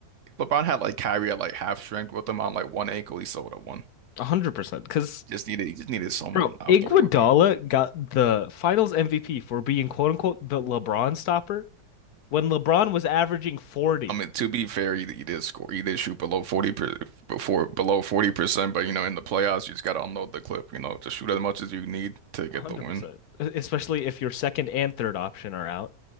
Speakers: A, on the right; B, on the left.
A: LeBron had like Kyrie at like half strength with him on like one ankle. He still would have won.
B: 100%. Because,
A: Just needed he just needed someone
B: bro,
A: out
B: Iguodala
A: there with him.
B: got the finals MVP for being quote unquote the LeBron stopper when LeBron was averaging 40.
A: I mean, to be fair, he, he did score. He did shoot below forty per, before below forty percent. But you know, in the playoffs, you just gotta unload the clip. You know, just shoot as much as you need to
B: one
A: get
B: hundred
A: the win.
B: percent. Especially if your second and third option are out.